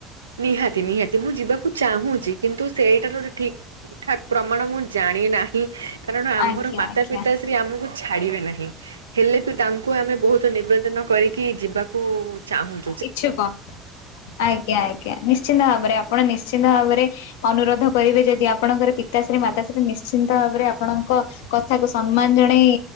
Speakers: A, on the right; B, on the left.
A: ନିହାତି ନିହାତି ମୁଁ ଯିବାକୁ ଚାହୁଁଚି କିନ୍ତୁ ସେଇଟା <unintelligible> ଠିକ୍। ଠା ପ୍ରମାଣ ମୁଁ ଜାଣି ନାହିଁ କାରଣ ଆମର
B: ଆଜ୍ଞା
A: ମାତା
B: ଆଜ୍ଞା
A: ପିତା ଶ୍ରୀ ଆମୁକୁ ଛାଡିବେ ନାହିଁ ହେଲେ ବି ତାଙ୍କୁ ଆମେ ବୋହୁତ ନିବେଦନ କରିକି ଯିବାକୁ ଚାହୁଁଚୁ।
B: ଇଛୁକ ଆଜ୍ଞା ଆଜ୍ଞା ନିଶ୍ଚିନ୍ତ ଭାବରେ ଆପଣ ନିଶ୍ଚିନ୍ତ ଭାବରେ ଅନୁରୋଧ କରିବି ଯଦି ଆପଣଙ୍କର ପିତାଶ୍ରୀ ମାତାଶ୍ରୀ ନିଶ୍ଚିନ୍ତ ଭାବରେ ଆପଣଙ୍କ କଥାକୁ ସମ୍ମାନ ଜଣେଇ